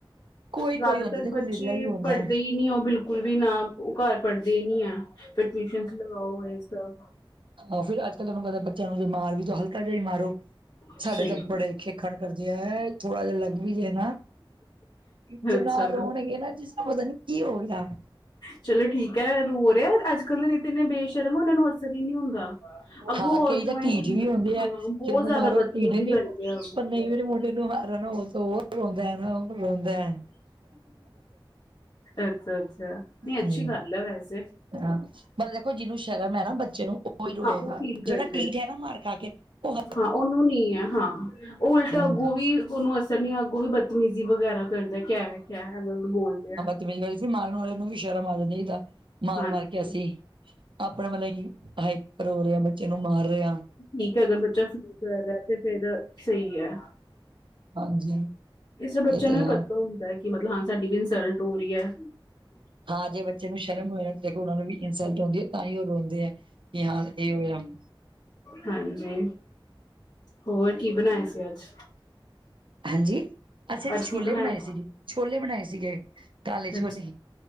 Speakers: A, on the right (about 70°); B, on the left (about 45°).
A: ਕੋਈ
B: ਜ਼ਿਆਦਾਤਰ
A: ਕੋਈ ਹੁੰਦਾ ਦੇਖੋ
B: ਬੱਚੇ
A: ਵਿਰਲਾ ਹੀ ਹੁੰਦਾ
B: ਪੜ੍ਹਦੇ ਈ ਨੀ ਓ ਬਿਲਕੁਲ ਵੀ ਨਾ ਓ ਘਰ ਪੜ੍ਹਦੇ ਨੀ ਆ ਫੇਰ ਟਿਊਸ਼ਨ ਲਵਾਓ ਐ ਸਭ।
A: ਆਹ ਫਿਰ ਅੱਜ-ਕੱਲ ਤੁਆਨੂੰ ਪਤਾ ਬੱਚੇਆਂ ਨੂੰ ਜੇ ਮਾਰ ਵੀ ਦੋ, ਹਲਕਾ ਜਾ ਈ ਮਾਰੋ
B: ਸਹੀ
A: ਸਾਡੇ ਤਾਂ ਬੜੇ ਖੇਖਣ ਕਰਦੇ ਆ, ਥੋੜਾ ਜਾ ਲੱਗ ਵੀ ਜੇ ਨਾ ਇਤਨਾ
B: ਅੱਛਾ
A: ਰੋਣਗੇ ਨਾ ਜਿਸ ਤਰਾਂ ਪਤਾ ਨੀ ਕੀ ਹੋ ਗਯਾ।
B: ਚਲੋ ਠੀਕ ਐ, ਰੋ ਰਯਾ ਅੱਜ ਕੱਲ ਨਈ ਤਾਂ ਇੰਨੇ ਬੇਸ਼ਰਮ ਓਨਾਂ ਨੂੰ ਅਸਰ ਈ ਨੀ ਹੁੰਦਾ। ਅੱਗੋਂ
A: ਹਾਂ
B: ਹੋਰ
A: ਕਈ
B: <unintelligible>
A: ਤਾਂ ਢੀਠ ਵੀ ਹੁੰਦੇ
B: ਹਾਂ
A: ਆ ਕਿਸੇ
B: ਬੋਤ
A: ਨੂੰ
B: ਜਾਦਾ
A: ਮਾਰੋ
B: ਬਤਮੀਜ਼ੀ
A: ਢੀਠ ਨੀ
B: ਕਰਕੇ ਆ।
A: ਪਰ ਨਈ ਮੇਰੇ ਮੁੰਡੇ ਨੂੰ ਮਾਰੋ ਨਾ ਓ ਤਾਂ ਓ ਰੋਂਦਾ ਐ ਓ ਰੋਂਦਾ ਐ।
B: ਅੱਛਾ-ਅੱਛਾ ਨਈ ਅੱਛੀ
A: ਹਮ
B: ਗੱਲ ਐ ਵੈਸੇ।
A: ਹਾਂ ਮਤਲਬ ਦੇਖੋ ਜਿਨੂੰ ਸ਼ਰਮ ਹੈ ਨਾ ਬੱਚੇ ਨੂੰ ਓਈ ਰੋਏਗਾ
B: ਹਾਂ ਉਹ ਫੀਲ
A: ਜੇੜਾ
B: ਕਰਦੇ
A: ਡਿਠ
B: ਆ।
A: ਐ ਨਾ ਮਾਰ ਖਾ ਕੇ ਓ
B: ਹਾਂ ਓਨੂੰ ਨੀ ਐ ਹਾਂ ਓ ਉਲਟਾ
A: ਹਾਂਜੀ
B: ਅੱਗੋਂ ਵੀ ਓਨੂੰ ਅਸਰ ਨੀ ਐ, ਅੱਗੋਂ ਵੀ ਬਦਤਮੀਜ਼ੀ ਵਗੈਰਾ ਕਰਦਾ ਕੇਆ ਐ, ਕੇਆ ਐ ਐਵੇਂ-ਐਵੇਂ ਬੋਲਦੇ ਆ।
A: ਤੇ ਮੈਂ ਐ ਕੈ ਰੀ ਸੀ ਮਾਰਨ ਵਾਲੇ ਨੂੰ ਵੀ ਸ਼ਰਮ ਆ ਜਾਂਦੀ ਜਿਦਾਂ ਮਾਰ-ਮਾਰ
B: ਹਾਂਜੀ
A: ਕੇ ਅਸੀਂ ਆਪਣਾ ਮਤਲਬ ਕਿ ਹਾਈਪਰ ਹੋ ਰੇ ਆਂ, ਬੱਚੇ ਨੂੰ ਮਾਰ ਰੇ ਆਂ।
B: ਠੀਕ ਐ ਅਗਰ ਬੱਚਾ ਫੀਲ ਕਰ ਰਯਾ ਤੇ ਫੇਰ ਸਈ ਐ।
A: ਹਾਂਜੀ
B: ਇਸ ਤਰ੍ਹਾਂ ਬੱਚੇਆਂ
A: ਇਹ ਤਾਂ
B: ਨੂੰ
A: ਹੈ
B: ਵੀ ਪਤਾ ਹੁੰਦਾ ਕਿ ਮਤਲਬ ਹਾਂ ਸਾਡੀ ਵੀ ਇਨਸਲਟ ਹੋ ਰੀ ਐ।
A: ਹਾਂ ਜੇ ਬੱਚੇ ਨੂੰ ਸ਼ਰਮ ਹੋਏ ਨਾ ਦੇਖੋ ਓਨਾਂ ਨੂੰ ਵੀ ਇਨਸਲਟ ਹੁੰਂਦੀ ਹੈ ਤਾਂ ਈ ਓ ਰੋਂਦੇ ਐ। ਕੇ ਹਾਂ <unintelligible>
B: ਹਾਂਜੀ, ਹੋਰ ਕੀ ਬਨਾਯਾ ਸੀ ਅੱਜ?
A: ਹਾਂਜੀ, ਅਸੀਂ ਜੀ
B: ਅੱਜ
A: ਛੋਲੇ
B: ਕੀ ਬਣਾਇਆ
A: ਬਣਾਏ ਸੀ ਜੀ, ਛੋਲੇ ਬਣਾਏ ਸੀਗੇ। ਕਾਲੇ ਛੋਲੇ
B: ਅੱਛਾ,